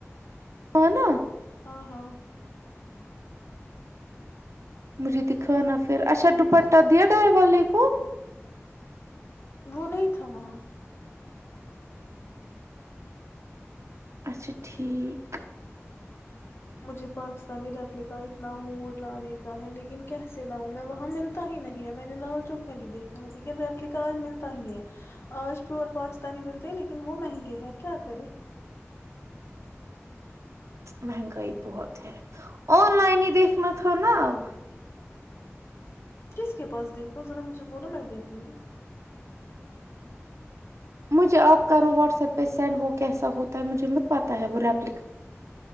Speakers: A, on the right; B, on the left.
A: ہ نا
B: ہاں ہاں
A: مجھے دکھانا پھر اچھا دوپٹہ دیا ڈائی والے کو
B: وہ نہیں تھا وہاں
A: اچھا ٹھیک
B: مجھے پاکستانی ریپلیکا اتنا موڑ لانے کا ہے لیکن کیسے لاؤں میں وہاں ملتا ہی نہیں ہے میں نے لال چوک میں بھی دیکھا ہے لیکن ریپلیکا آج ملتا ہی نہیں ہے آج پیور پاکستانی ملتے لیکن وہ مہنگے ہیں کیا کرے
A: مہنگائی بہت ہے آن لائن ہی دیکھنا تھا نا اب
B: کس کے پاس دیکھو ذرا مجھے بولاو میں دیکھوں گی
A: مجھے آپ کرو واٹس ایپ پہ سینڈ وہ کیسا ہوتا ہے مجھے پتہ ہے وہ ریپل